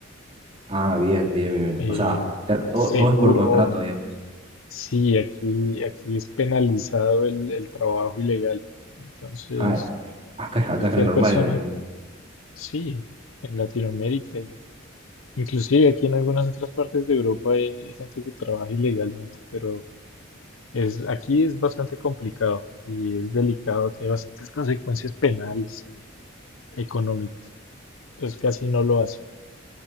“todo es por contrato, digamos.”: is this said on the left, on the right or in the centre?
Right